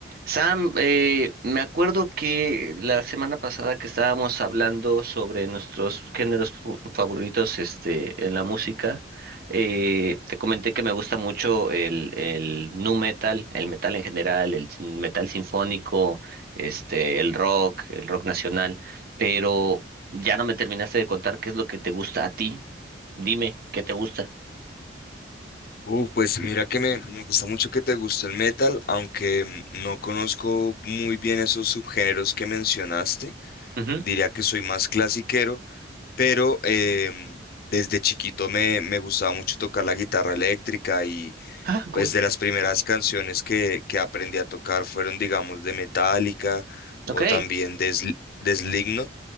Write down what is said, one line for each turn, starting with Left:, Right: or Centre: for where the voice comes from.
Right: Sam, eh, me acuerdo que la semana pasada que estábamos hablando sobre nuestros géneros fu- favoritos, este, en la música, eh, te comenté que me gusta mucho el, el nu metal, el metal en general, el sin- metal sinfónico, este, el rock, el rock nacional, pero ya no me terminaste de contar qué es lo que te gusta a ti. Dime, ¿qué te gusta?
Left: Uh, pues mira que me, me gusta mucho que te guste el metal, aunque mm, no conozco muy bien esos subgéneros que mencionaste.
Right: Ujú.
Left: Diría que soy más clasiquero, pero em, desde chiquito me, me gustaba mucho tocar la guitarra eléctrica y
Right: Ah, cool.
Left: pues de las primeras canciones que, que aprendí a tocar fueron, digamos, de Metallica
Right: Ok.
Left: o también de, Sl- de Slipknot.